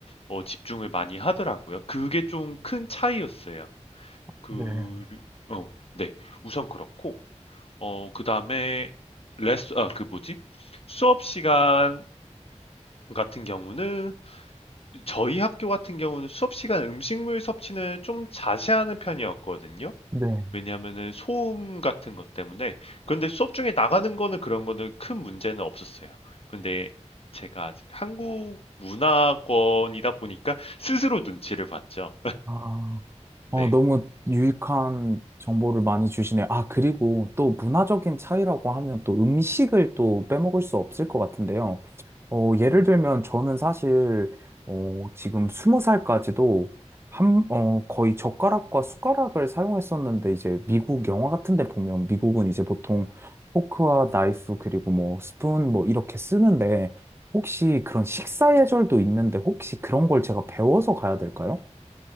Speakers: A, on the left; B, on the right.
A: 어, 집중을 많이 하더라고요. 그게 좀 큰 차이였어요. 그,
B: 네.
A: 어, 네. 우선 그렇고, 어, 그 다음에, 레스, 아, 그 뭐지? 수업 시간 같은 경우는 저희 학교 같은 경우는 수업 시간 음식물 섭취는 좀 자제하는 편이었거든요.
B: 네.
A: 왜냐하면은 소음 같은 것 때문에. 근데 수업 중에 나가는 거는 그런 거는 큰 문제는 없었어요. 근데 제가 아직 한국 문화권이다 보니까 스스로 눈치를 봤죠.
B: 아.
A: 네.
B: 어, 너무 유익한 정보를 많이 주시네요. 아, 그리고 또 문화적인 차이라고 하면 또 음식을 또 빼먹을 수 없을 것 같은데요. 어, 예를 들면 저는 사실, 어, 지금 스무 살까지도 한, 어, 거의 젓가락과 숟가락을 사용했었는데 이제 미국 영화 같은 데 보면 미국은 이제 보통 포크와 나이프 그리고 뭐 스푼 뭐 이렇게 쓰는데 혹시 그런 식사 예절도 있는데 혹시 그런 걸 제가 배워서 가야 될까요?